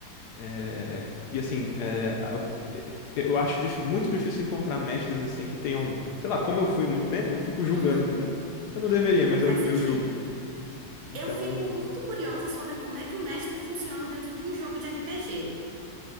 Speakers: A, on the left; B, on the right.
A: É, e assim, é, a- eu acho dif- muito difícil encontrar mestres assim que tenham, sei lá, como eu fui muito tempo, eu fico julgando,
B: Uhum.
A: entendeu? Eu não deveria,
B: Ah, não,
A: mas
B: faz
A: eu,
B: sentido.
A: eu julgo. Então,
B: Eu fico muito curiosa sobre como é que o mestre funciona dentro de um jogo de RPG.